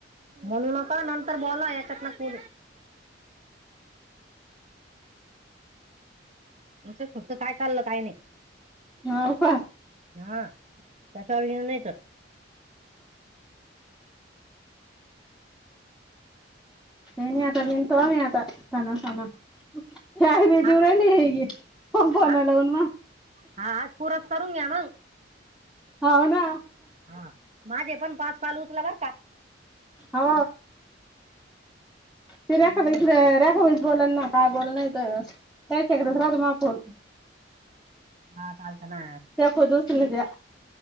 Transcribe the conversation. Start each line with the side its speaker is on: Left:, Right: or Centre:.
Right: म्हणू नका नंतर बोला याच्यात ना कु च्या फक्त काय चाललं काही नाही
Centre: हो का
Right: हा त्याच्या घेऊन नाहीत
Centre: तेन आता बन त म आता सना सना शाही ब
Right: आज
Centre: देवराली हे प बणाला
Right: आज
Centre: उन्मा
Right: हा आज पुरत करून घ्या मग
Centre: होान
Right: हा माझे पण पाच पाल उचला बर का
Centre: ह ते रखाैख
Right: माझे
Centre: बोला ना काय बोल नाही तर त्यायच एक दस राहत मग आपण
Right: हा चालत ना
Centre: त्याको दो सुलज्या